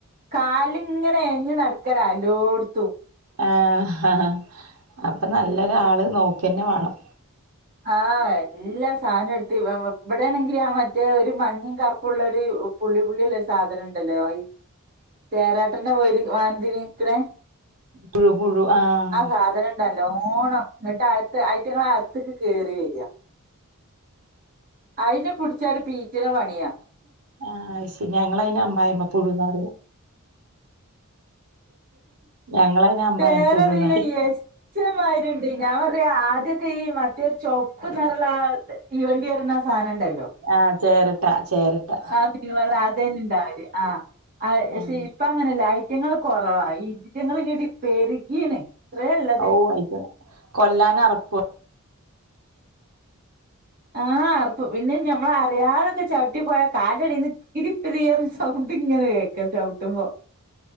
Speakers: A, on the right; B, on the right.
A: കാല്ങ്ങനെ എഴഞ്ഞ് നടക്കല എല്ലോട്ത്തും
B: ആഹ് ഹഹ അപ്പം നല്ലൊരാള് നോക്കന്നെ വാണം
A: ആ എല്ലാ സാനം എട്ത്ത് ഇവ ഇവടെണെങ്കില് ആ മറ്റേ ഒരു മഞ്ഞിം കർപ്പുള്ളരു ഉപ് പുള്ളി പുള്ളിള്ള ഒര് സാധനം ഇണ്ടല്ലോ ഈ ചെരാട്ടന്റെ വല് മാതിരിക്ക്‌ണേ
B: പുഴുപുഴു ആഹ്
A: സാധനം ഉണ്ട് നല്ലോണം ന്നട്ട് അത്ത് ഐറ്റങ്ങള് അകത്ത്ക്ക് കേറി വരാ അയിനെ പുട്ചാണ്ട് പീച്ണ പണ്യാ
B: ആ അയ്ശരി ഞങ്ങള അയിനെ അമ്മായമ്മ പുഴുന്നാറിയാ ഞങ്ങളയിന് അമ്മായിമ്മ
A: പേരറീല
B: പുഴുന്നാ പറയാ
A: യെസ് ച്ചം മാരിണ്ട് ഞാൻ പർഞ്ഞ് ആദ്യൊക്കെ ഈ മറ്റേ ചൊപ്പ് നെറള്ള ആ തീവണ്ടിർഞ്ഞ ആ സാനംണ്ടല്ലോ
B: ആഹ് ചേരട്ടാ ചേരട്ടാ
A: <unintelligible> അദേനി ഇണ്ടാവല് ആ പഷേ
B: ആഹ്
A: ഇപ്പ അങ്ങനെല്ല ഐറ്റങ്ങള് കൊറവാ ഇതിറ്റങ്ങള് കെടി പെരുകീണ് ഇത്രേ ഉള്ളത്
B: ഓ അയിറ്റ കൊല്ലാനറപ്പു
A: ആഹ് അറപ്പു പിന്നെ ഞമ്മള് അ റിയാതൊക്കെ ചവിട്ടി പോയാ കാലിൻ്റടീന്ന് പിരി പിരിർഞ്ഞ സൗണ്ട് ഇങ്ങനെ കേക്ക ചവ്ട്ടുമ്പോ